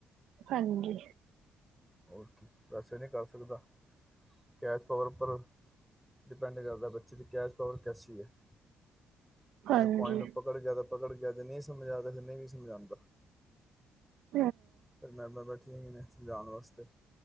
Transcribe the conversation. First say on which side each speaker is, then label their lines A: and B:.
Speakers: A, on the right (about 80°); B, in the centre.
A: ਹਾਂਜੀ।
B: ਹੋਰ ਕੀ ਵੈਸੇ ਨਹੀਂ ਕਰ ਸਕਦਾ, ਕੈਚ ਪਾਵਰ ਉੱਪਰ, ਡਿਪੈਂਡ ਕਰਦਾ ਬੱਚੇ ਦੀ ਕੈਚ ਪਾਵਰ ਕੈਸੀ ਹੈ। <unintelligible>
A: ਹਾਂਜੀ
B: ਨਹੀਂ ਸਮਝਾਦਾ ਫਿਰ ਨਹੀਂ ਵੀ ਸਮਝਾਉਂਦਾ।
A: ਹ।
B: ਫਿਰ ਮੈਂਮ ਬੈਠੀਆਂ ਨੇ ਸਮਝਾਣ ਜਾਣ ਵਾਸਤੇ। <inaudible>